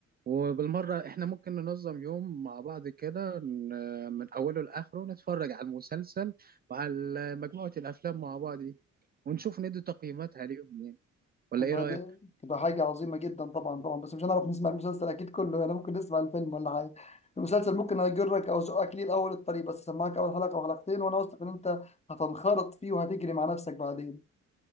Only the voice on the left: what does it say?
والله
دي تبقى حاجة عظيمة جدا طبعا طبعا بس مش هنعرف نسمع المسلسل أكيد كله يعني ممكن نسمع الفيلم ولا حاجة المسلسل ممكن أجرك أو أزقك ليه الأول الطريق بس أسمعك أول حلقة أو حلقتين وأنا واثق إن أنت هتنخرط فيه وهتجري مع نفسك بعدين